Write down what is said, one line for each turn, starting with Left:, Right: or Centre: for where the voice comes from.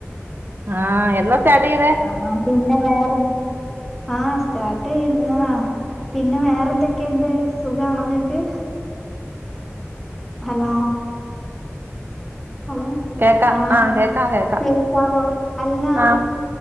Right: ആഹ് എന്നാ സ്റ്റാർട്ട് ചെയ്തേ
Centre: ആ പിന്നെ വേറെ എന്. ആ സ്റ്റാർട്ട് ചെയ്യുന്ന് ആ പിന്നെ വേറെന്തൊക്കെണ്ട്. സുഖാണൊങ്ങക്ക് ഹലോ ഹലോ.
Right: കേക്കാം
Centre: ആഹ്.
Right: കേക്കാം കേക്കാം
Centre: കേൾക്കാവൊ അല്ല
Right: ആഹ്